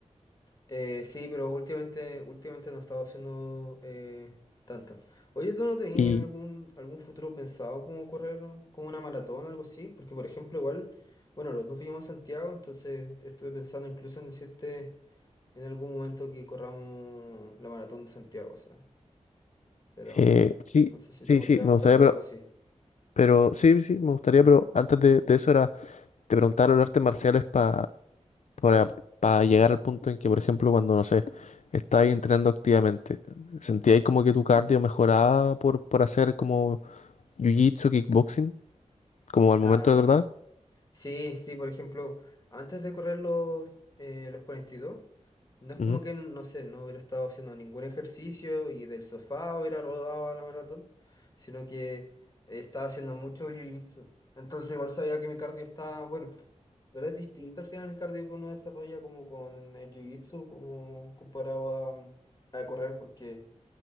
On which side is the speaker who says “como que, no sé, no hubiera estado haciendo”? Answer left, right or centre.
Left